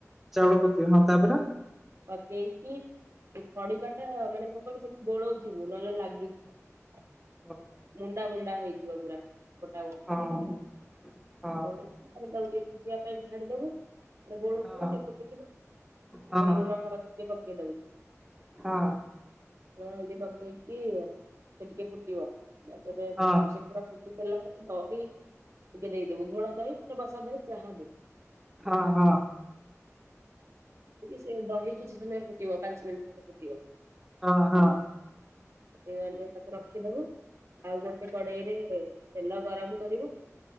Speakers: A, in the centre; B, on the right.
A: ଚାଉଳ ପକେଇବି ହଁ। ତାପରେ?
B: ପକେଇକି ସେ ଖଡ଼ିକା ଟା ମାନେ କଣ କହିଲୁ? ସେମିତି ଗୋଲୋଉଥିବୁ ନହେଲେ ଲାଗିଯିବ।
A: ଓହୋ।
B: ମୁଣ୍ଡା ମୁଣ୍ଡା ହେଇଯିବ ପୁରା ଗୋଟା ଗୋଟା
A: ହଁ
B: ହେଇଯିବ।
A: ହଁ
B: ତାପରେ ତାକୁ ଟିକିଏ ଶୁଖିବା ପାଇଁ ଛାଡ଼ି ଦବୁ। ଏପଟେ ଗୋଳଉ
A: ହଁ
B: ଥିବୁ ସେ ଫୁଟୁଥିବ
A: ହଁ
B: ଏପଟେ ଲୁଣ ପକେଇ ପକେଇ ଦେବୁ
A: ହଁ।
B: ଲୁଣ ହଳଦୀ ପକେଇକି ଆଁ ସେ ଟିକେ ଫୁଟିବ। ତାପରେ
A: ହଁ
B: ଦେଖିବୁ ସେ ପୁରା ସାରିଲା ପରେ ଦହି ଟିକେ ଦେଇଦବୁ ଘୋଳ ଦହି କି ବସା ଦହି ଯାହାବି।
A: ହଁ ହଁ।
B: ସେ ଦହି କିଛି ସମୟ ଫୁଟିବ ପାଞ୍ଚ ମିନିଟ ଫୁଟିବ।
A: ହଁ ହଁ।
B: <unintelligible> ରଖିଦବୁ ଆଉ ଗୋଟେ କଡେଇରେ ତେଲ ଗରମ କରିବୁ।